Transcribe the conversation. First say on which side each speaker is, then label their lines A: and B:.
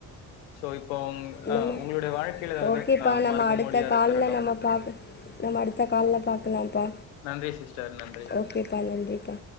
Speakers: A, on the left; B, on the left.
A: ஸோ இப்போ உங் அ
B: நம்ம
A: உங்களுடைய வாழ்க்கையில ஏதாவது
B: ஓகேப்பா
A: அ
B: நம்ம
A: மறக்க
B: அடுத்த
A: முடியாத
B: கால்ல
A: தருணம்?
B: நம்ம பாக்க நம்ம அடுத்த கால்ல பாக்கலாம்பா
A: நன்றி சிஸ்டர். நன்றி.
B: ஓகேப்பா நன்றிப்பா